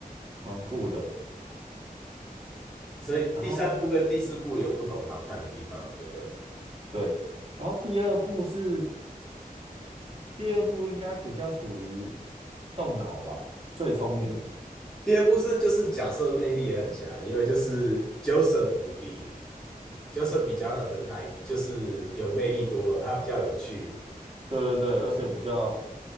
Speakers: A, on the right; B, in the centre.
A: 蛮酷的。
B: 所以第三部跟第四部有不同好看的地方，
A: 然后
B: 我觉得。
A: 对，然后第二部是第第二部应该比较属于动脑吧，最聪明。
B: 嗯，第二部是就是角色魅力也很强，因为就是 Joseph 比 Joseph 比 Jonathan 还就是有魅力多了，他比较有趣。
A: 对对对，而且比较